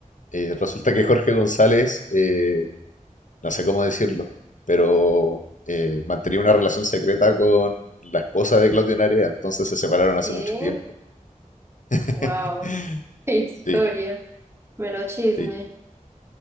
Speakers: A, on the left; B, on the right.
A: Eh, resulta que Jorge González, eh, no sé cómo decirlo, pero eh, mantenía una relación secreta con la esposa de Claudio Narea, entonces se separaron hace
B: ¿Qué?
A: mucho tiempo. <laughs>
B: Wow. <laughs> Qué historia.
A: Sí,
B: Mero chisme.
A: sí.